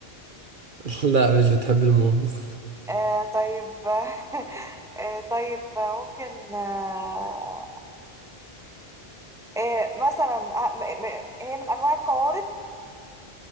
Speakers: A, on the right (about 55°); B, in the centre.
A: <laughs> لا مش بتحب الموز
B: آه طيب <laughs> آه طيب ممكن آه آه مثلا آه م م هي من انواع القوارض